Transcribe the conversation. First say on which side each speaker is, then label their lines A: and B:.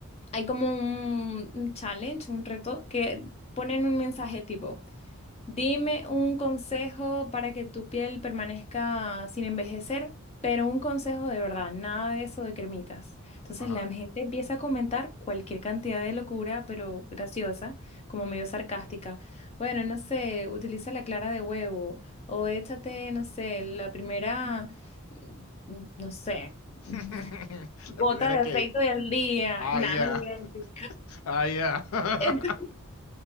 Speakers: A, on the left; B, on the left.
A: hay como un un challenge, un reto, que ponen un mensaje tipo, dime un consejo para que tu piel permanezca sin envejecer, pero un consejo de verdad, nada de eso de cremitas. Entonces
B: Ajá.
A: la gente empieza a comentar cualquier cantidad de locura, pero graciosa, como medio sarcástica. Bueno, no sé, utiliza la clara de huevo o échate, no sé, la primera, mm, no sé.
B: <laughs>
A: <laughs> Gota
B: La primera
A: de
B: que...
A: aceite del día.
B: Ah,
A: Nada,
B: ya.
A: no lo voy a decir.
B: Ah, ya. <laughs>
A: Ent-